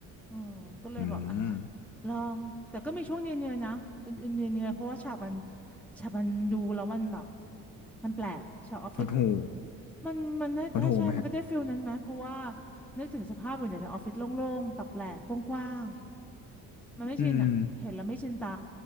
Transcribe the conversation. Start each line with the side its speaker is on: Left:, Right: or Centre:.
Centre: เออก็เลยบอก
Left: อืม
Centre: อ่ะอ่ะ ลอง แต่ก็มีช่วงเนื่อยๆนะอื่นๆเนื่อยๆเพราะว่าฉากมันฉากมันดูแล้วมันแบบมันแปลกฉากออฟฟิศ
Left: พล็อดหู
Centre: มันมันได้ใช่ใช่มันก็ได้ฟิลนั้นไหม
Left: พล็อดหูไหมฮะ
Centre: เพราะว่านึกถึงสภาพอยู่ในออฟฟิศโล่งๆแปลกๆกว้างๆมันไม่ชินอ่ะ
Left: อืม
Centre: เห็นแล้วไม่ชินตา